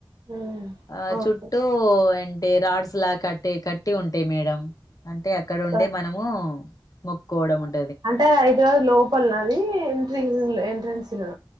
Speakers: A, on the right; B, on the left.
A: హ్మ్
B: ఆ
A: అవును
B: చుట్టూ అంటే రాడ్స్ లా కట్టి కట్టి ఉంటయి మేడం. అంటే అక్కడ ఉండే
A: సరే
B: మనము మొక్కోడ మున్
A: అంటే హైదరాబాద్ లోపలనా అది ఎంట్రి <inaudible> ట్రెన్స్ లో